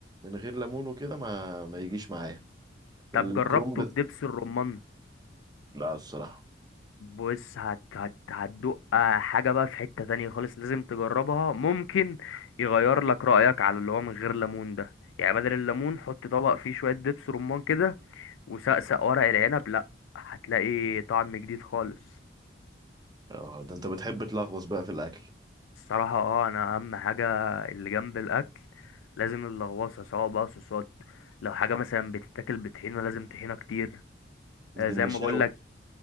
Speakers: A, on the right; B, on the left.
A: غير ليمون وكده ما ما يجيش معايا
B: طب
A: الكرنب
B: جربته بدبس الرمان
A: لا الصراحة
B: بص هت هت هتدوق حاجة بقى في حتة تانية خالص لازم تجربها ممكن يغير لك رأيك على اللي هو من غير ليمون ده يعني بدل الليمون حط طبق فيه شوية دبس رمان كده وسقسق ورق العنب لا هتلاقي طعم جديد خالص
A: اه ده انت بتحب تلغوص بقى في الاكل
B: الصراحة اه انا اهم حاجة اللي جنب الاكل لازم اللغوصة سواء بقى صوصات لو حاجة مثلا بتتاكل بطحينة لازم طحينة كتير
A: من
B: آه، زي
A: المشاوي
B: ما بقولك